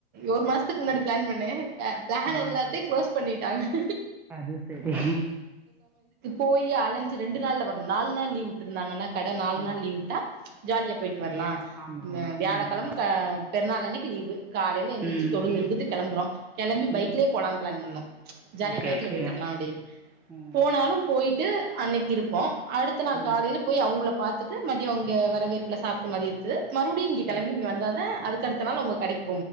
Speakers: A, on the right; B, in the centre.
A: ஒரு மாஸ்த்துக்கு முன்னாடி பிளான் பண்ணேன் பிளான்
B: ஆ
A: எல்லாத்தையும் க்ளோஸ் பண்ணிட் <unintelligible>
B: அது சேரி
A: போயி ஆலஞ் ரெண்டு நாள்ல வரும் நாலு நாள் லீவ் விட்ருந்தாங்கன்னா கடை நாலு
B: ஆ
A: நாள் லீவ் விட்டா ஜாலிய போயிட்டு வர்லாம்
B: ஆமா ஆமா
A: வியாழக்கழம்க
B: ம்
A: பெருநாள் அன்னிக் திளிவு காலைல எந்திர்ச்சு
B: ம்
A: தொழுக இழுந்துட்டு கிளம்புறோம் கிளம்பி பைக்லயே
B: ம்
A: போலான்னு பிளான் பண்ணோம் ஜாலியா
B: ஓகே
A: பைக்ல
B: ஓகே
A: போயிட் வரலாம் அப்படின்னு
B: ம்
A: போனாலும் போயி போயிட்டு டு அன்னைக் இருப்போம் அடுத்த நாள்
B: ம்
A: காலையில போய் அவங்கள பார்த்துட்டு மதியம் அங்க வரவேற்புல சாப்ட மதியத்து மறுவ்டியும் இங்கே கிளம்பி
B: ம்
A: இங்கே வந்தாதான் அதுக்கடுத்த நாள் உங்க கிடைக்